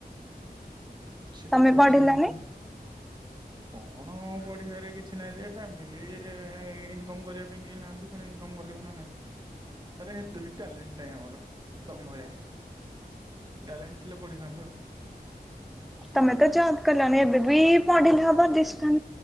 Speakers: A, on the right; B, in the centre.
A: ସେଠି
B: ତମେ
A: କୋଚିଂ
B: ପଢିଲନି?
A: ନଉଛନ୍ତି। କଣ ପଢିବାରେ କିଛି ନାହିଁ ଯେ ଫ୍ୟାମିଲି ଇନକ କମ୍ କରିବା ପାଇଁ କେହି ନାହାନ୍ତି। ପୁଣି ଇନକମ୍ କରିବ ନା ନାହିଁ। ତରେ ହେତେ ବି ଟ୍ୟାଲେଣ୍ଟ ନାହିଁ ଆମର। ଦମ ଭଳିଆ ଟ୍ୟାଲେଣ୍ଟ ଥିଲେ ପଢିଥାନ୍ତୁ ଆଉ।
B: ତମେ ତ ଯବ କଲନି ଏବେ ବି ପଢିଲେ ହବ। ଦିଶ